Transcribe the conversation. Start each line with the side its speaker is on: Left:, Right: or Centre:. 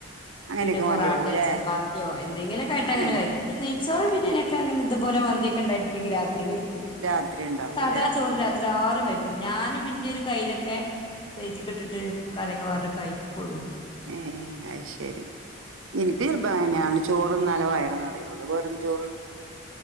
Right: അങ്ങനെയൊക്കെ
Left: പിന്നെ പൊറോട്ട
Right: മതിയാവൂല്ലേ
Left: ചപ്പാത്തിയോ എ എന്തെങ്കിലും ആട്ട്
Right: അങ്ങനെ
Left: അങ്ങെ കയിക്കും നെയ്ച്ചോറോ
Right: അല്ല
Left: ബിരിയാണിയൊക്കെങ്ങന ഇതുപലെ മന്തിയോക്കെ ഉണ്ടായിട്ടണ്ടെിൽ കഴിക്കൂ
Right: രാത്രി ഉണ്ടാവൂല്ലേ
Left: സാദാ ചോറത്ര ആരും കഴിക്കൂല ഞാന് പിന്നെ ഒരു കയ്യിലൊക്കെ പ്ലെയ്റ്റ് ക്ക് ട്ട് കറിയൊക്കെ പാർന്നു കയിക്കൊള്ളൂ
Right: ഉം അത് ശരി എനിക്ക് ചെറുന്നാലെ വയർ നിറയുള്ളു വെറും ചോറ്ട്ടോ